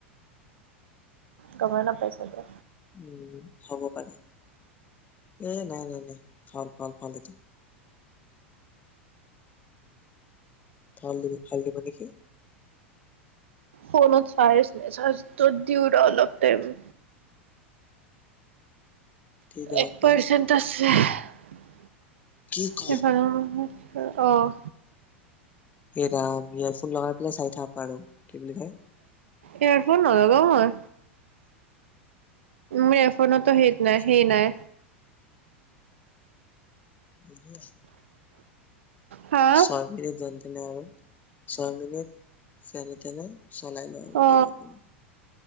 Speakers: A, on the right (about 70°); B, on the left (about 25°).
A: গমে নাপাইছো দে
B: উম হব পাৰে এ নাই নাই নাই ভাল ভাল ভাল এইটো ফাল দিব ফাল দিব নেকি
A: ফনত চাৰ্জ নাই চাৰ্জত দিওঁ ৰ অলপ টাইম।
B: ঠিক
A: এক
B: আকৌ
A: পাৰ্চেন্ট আছে <unintelligible>
B: কি ক
A: সেফালেও নহ'ল অ'
B: এৰাম ইয়াৰফোন লগাই পেলাই চাই থাক আৰু কি বুলি কয়
A: এয়াৰফোন নলগাও মই মে ফ ফোনতো
B: এই
A: সেইত
B: ইমান কষ্ট
A: নাই সেই নাই
B: বুজিয়া
A: হা
B: ছয় মিনিট জেন তেন তেনে আৰু ছয় মিনিট যেনে তেনে চলাই ল আৰু
A: অ
B: কিবা কৰি